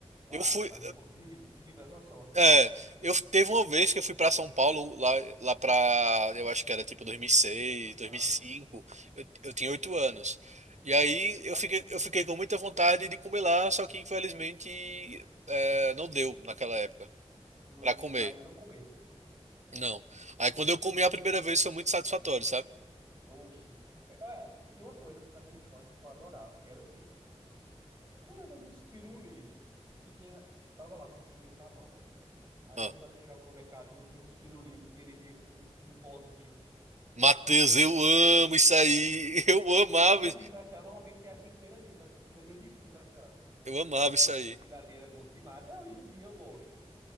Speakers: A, on the right; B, on the right.
A: Ah,
B: Eu fui.
A: mas não fosse, <laughs> não tivesse a sorte, né?
B: É, eu teve uma vez que eu fui pra São Paulo, lá, lá pra. Eu acho que era tipo 2006,
A: Ah,
B: cinco Eu, eu tinha oito anos. E aí eu
A: aí,
B: fiquei, eu fiquei com muita vontade de comer lá, só que infelizmente é, não deu naquela época.
A: não,
B: Pra comer.
A: aí não comesse.
B: Não.
A: Né?
B: Aí quando eu comi a primeira vez foi muito satisfatório, sabe?
A: Oxi. É, olha, tinha uma coisa assim na minha infância que eu adorava, que era o quê? Tu lembra de uns pirulito que tinha. Tava lá com o pirulito na mão, né? Aí
B: Ah,
A: quando o cara chegava no mercadinho, tinha uns pirulito que ele via com, com um pozinho.
B: Matheus, eu amo isso aí. <laughs> Eu amava,
A: E é tão difícil achar. Normalmente você acha em feira livre, essas coisas é meio difícil achar.
B: eu amava isso
A: Aquilo
B: aí.
A: ali era bom demais. Até hoje em dia eu gosto.